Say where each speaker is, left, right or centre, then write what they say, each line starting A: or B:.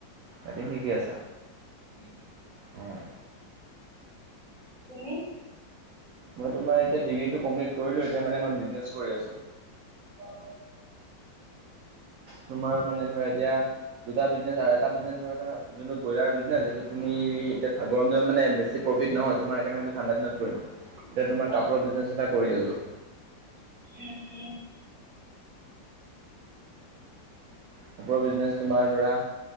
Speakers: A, on the right; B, on the right.
A: কাটিং শিকি আছা।
B: উম।
A: উম।
B: তুমি?
A: মই তোমাৰ এতিয়া ডিগ্ৰীটো কমপ্লিট কৰিলো এতিয়া মানে মই বিচনেচ কৰি আছো।
B: অ'।
A: তোমাৰ মানে ধৰা এতিয়া দুটা <unintelligible> যোনটো ব্ৰইলাৰ বিচনেছ যেইটো তুমি এতিয়া গৰম দিনত মানে বেছি প্ৰফিত নহয় তোমাৰ সেইকাৰণেই মানে ঠণ্ডা দিনত কৰিম।
B: <unintelligible>
A: এতিয়া তোমাৰ কাপোৰৰ
B: অ
A: বিজনেছ এটা কৰি আছোঁ।
B: উম, উম।
A: কাপোৰৰ বিজনেচ তোমাৰ ধৰা